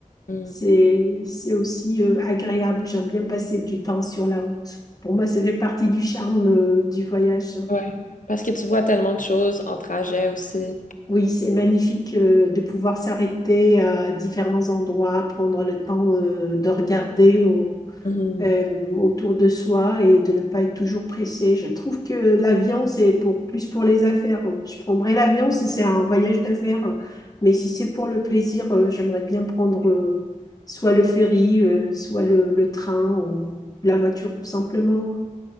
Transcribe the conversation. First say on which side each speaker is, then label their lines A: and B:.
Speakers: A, on the left; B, on the left.
A: mhm.
B: c'est, c'est aussi euh, agréable. J'aime bien passer du temps sur la route. Pour moi, ça fait partie du charme euh, du voyage.
A: Ouais. Parce que tu vois tellement de choses en trajet aussi.
B: Oui, c'est magnifique euh, de pouvoir s'arrêter à différents endroits, prendre le temps euh, de regarder. euh,
A: Mhm.
B: euh, autour de soi et de ne pas être toujours pressé. Je trouve que l'avion, c'est pour, plus pour les affaires. Je prendrais l'avion si c'est un voyage d'affaires, mais si c'est pour le plaisir, euh, j'aimerais bien prendre euh, soit le ferry, euh, soit le, le train ou la voiture tout simplement.